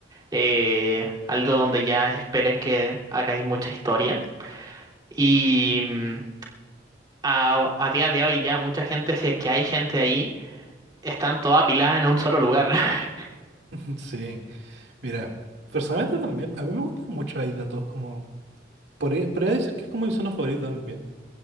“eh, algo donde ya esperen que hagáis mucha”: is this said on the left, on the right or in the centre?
Right